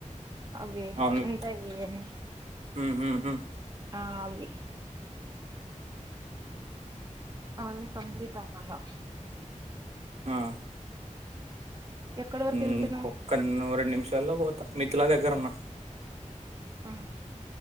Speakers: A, on the right (about 30°); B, on the right (about 55°).
A: అవి
B: అవునులే
A: ఉంటాయి అని
B: ఉమ్ ఉమ్ ఉమ్
A: ఆ ఎ అవనీ కంప్లీట్ అవాలా
B: ఆ
A: ఎక్కడి వరకు
B: ఇంకొక్కన్న
A: వెళ్ళిపోయినావ్
B: రెండు నిమిషాల్లో పోతా మిథులా దగ్గర ఉన్న
A: ఆ